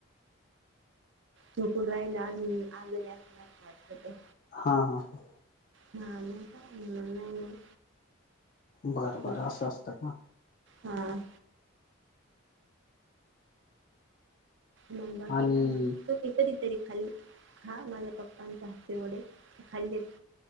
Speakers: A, on the right; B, on the left.
A: तूकण राहिला आज आज असणार वाटत.
B: हा हा हा.
A: नाम कांद आहे नाही.
B: बरं
A: झोप-
B: बरं असं असतं का
A: हां. म बाकी
B: आणि
A: कायग तू काही कधीतरी खाल्ली खा माझ्या पप्पांच्या हातते वढ खाल्ली